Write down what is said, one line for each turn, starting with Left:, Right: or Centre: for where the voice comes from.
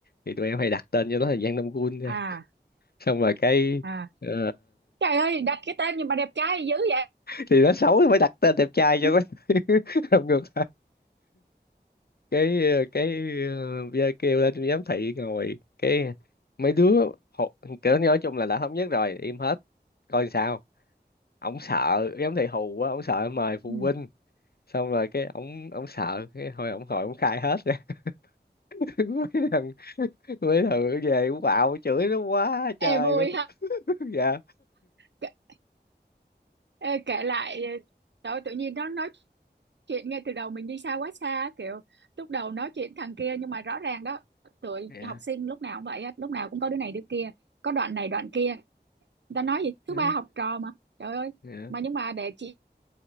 Left: thì tụi em hay đặt tên cho nó là Giang Đông Quân thôi.
Right: à
Left: xong rồi cái
Right: à
Left: ờ,
Right: trời ơi đặt cái tên nhưng mà đẹp trai dữ vậy
Left: thì nó xấu thì mới đặt tên đẹp trai cho
Right: <laughs>
Left: nó <laughs> làm ngược cái cái uh, bia kêu lên giám thị ngồi cái mấy đứa hù, kiểu nói chung là đã thống nhất rồi im hết coi sao ổng sợ giám thị hù quá ổng sợ mời phụ
Right: Ừ.
Left: huynh xong rồi cái ổng ổng sợ cái hồi ổng hồi ổng khai hết rồi <laughs> mấy thằng mấy thằng về cũng bạo chửi nó quá trời
Right: Ê vui
Left: luôn
Right: ha
Left: <laughs> dạ
Right: Kể- ê, kể lại ờ, trời ơi, tự nhiên nó nói chuyện ngay từ đầu mình đi xa quá xa kiểu lúc đầu nói chuyện thằng kia nhưng mà rõ ràng đó tụi
Left: dạ
Right: học sinh lúc nào cũng vậy á lúc nào cũng có đứa này đứa kia có đoạn này đoạn kia người ta nói gì
Left: ừ,
Right: thứ ba học trò mà trời ơi
Left: dạ
Right: mà nhưng mà để chị